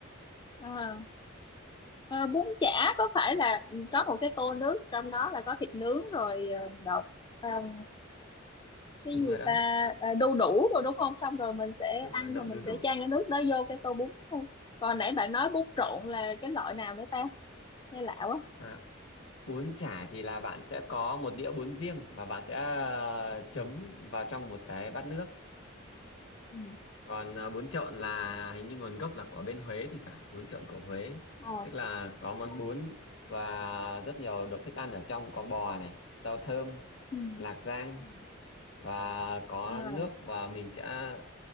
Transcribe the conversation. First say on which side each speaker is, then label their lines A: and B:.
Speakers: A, on the left; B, on the left.
A: à. Ờ, bún chả có phải là ừ, có một cái tô nước trong đó là có thịt nướng rồi ờ, đậu ờm, cái
B: đúng
A: gì
B: rồi đó
A: ta à, đu đủ rồi đúng không xong rồi mình sẽ
B: đúng
A: ăn
B: rồi nộm
A: rồi mình
B: đu đủ
A: sẽ chan cái nước đó vô cái tô bún đúng không còn nãy bạn nói
B: Ừ.
A: bún trộn là cái loại nào nữa ta nghe lạ quá
B: à, bún chả thì là bạn sẽ có một đĩa bún riêng và bạn sẽ ờ, chấm vào trong một cái bát nước
A: ừ.
B: còn à, bún trộn là hình như nguồn gốc là của bên Huế thì phải bún trộn của Huế
A: Ờ.
B: tức là có món
A: ờ,
B: bún và rất nhiều đồ thức ăn ở trong có bò này rau thơm
A: Ừ.
B: lạc rang
A: Ừ.
B: và có
A: À,
B: nước và mình sẽ